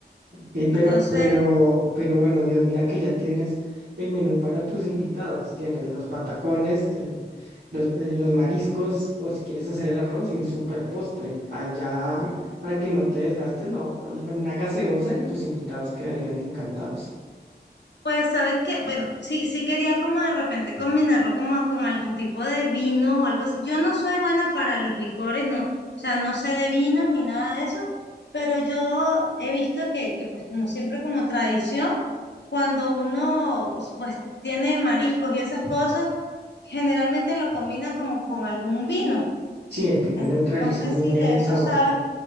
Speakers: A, on the right; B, on the left.
A: Ey, pero,
B: Entonces...
A: pero, pero bueno, Dios, mira que ya tienes el menú para tus invitados. Tienes los patacones, el- los, eh, los mariscos, o si quieres hacer el arroz y un super postre. Allá, para que no te desgastes, no, una gaseosa y tus invitados quedarían encantados.
B: Pues sabes que, bueno, sí, sí quería como de repente combinarlo como con algún tipo de vino o algo así. Yo no soy buena para los licores, no, o sea, no sé de vinos ni nada de eso, pero yo he visto que, que pues como siempre como tradición, cuando uno pues pues, tiene mariscos y esas cosas, generalmente lo combina como con algún vino.
A: Sí, el vino
B: Entonces,
A: neutraliza
B: no sé
A: muy
B: si
A: bien
B: de
A: el
B: eso
A: sabor.
B: sabes